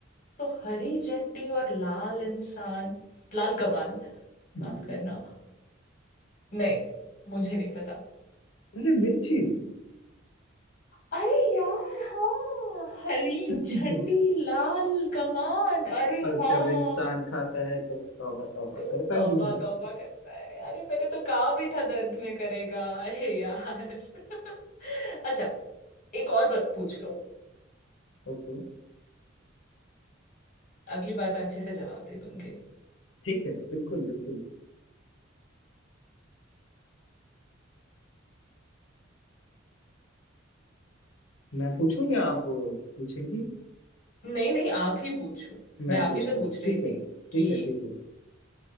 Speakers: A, on the left; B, on the left.
A: तो हरी झंडी और लाल इंसान लाल कमान
B: <laughs>
A: माफ करना नहीं मुझे नहीं पता
B: अरे मिर्ची
A: अरे यार हाँ हरी
B: <laughs>
A: झंडी लाल कमान अरे
B: और
A: हाँ
B: जब इंसान खाता है तो तौबा तौबा
A: तो
B: करता
A: तौबा
B: ही है
A: तौबा करता है अरे मैंने तो कहा भी था दर्द में करेगा अरे यार <laughs> अच्छा एक और ब- पूछ लो
B: <laughs> ओके
A: अगली बार मैं अच्छे से जवाब दे दूंगी
B: ठीक है बिल्कुल बिल्कुल मैं पूछूं या आप पूछेंगी
A: नहीं नहीं आप ही पूछो
B: मैं
A: मैं आप
B: पूछता
A: ही से पूछ
B: हूँ
A: रही
B: ठीक
A: थी
B: है ठीक
A: कि
B: है ठीक है